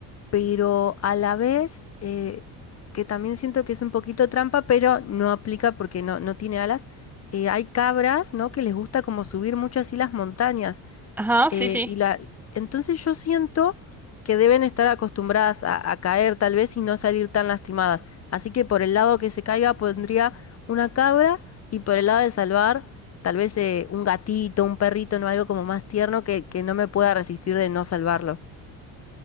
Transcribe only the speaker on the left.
pero a la vez eh, que también siento que es un poquito trampa, pero no aplica porque no, no tiene alas. eh, hay cabras, ¿no? que les gusta como subir muchas y las montañas.
eh,
y la, entonces yo siento que deben estar acostumbradas a, a caer tal vez y no salir tan lastimadas. Así que por el lado que se caiga pondría una cabra y por el lado de salvar tal vez eh, un gatito, un perrito, no algo como más tierno que, que no me pueda resistir de no salvarlo.